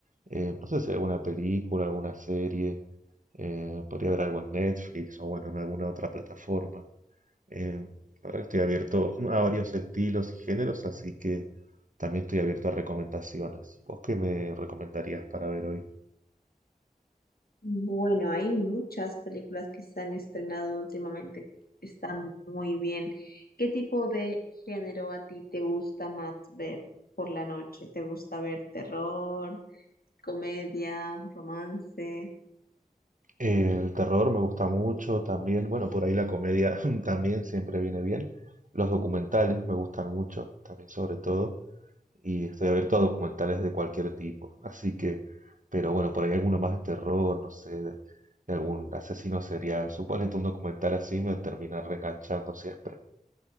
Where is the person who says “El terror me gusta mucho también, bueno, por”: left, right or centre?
Right